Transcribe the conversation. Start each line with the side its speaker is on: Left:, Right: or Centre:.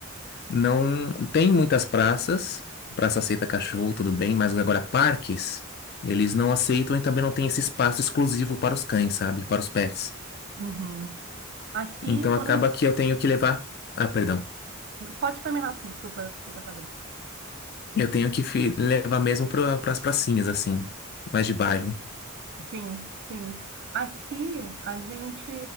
Left: não tem muitas praças. Praça aceita cachorro, tudo bem, mas agora parques, eles não aceitam e também não tem esse espaço exclusivo para os cães, sabe? Para os pets.
Right: Uhum. Aqui
Left: Então
Right: eu tô
Left: acaba
Right: na... es-
Left: que eu tenho que levar. Ah, perdão.
Right: Pode terminar, desculpa, eu que te atrapalhei.
Left: Eu tenho que fi- levar mesmo para as pracinhas, assim, mais de bairro.
Right: Sim, sim. Aqui a gente,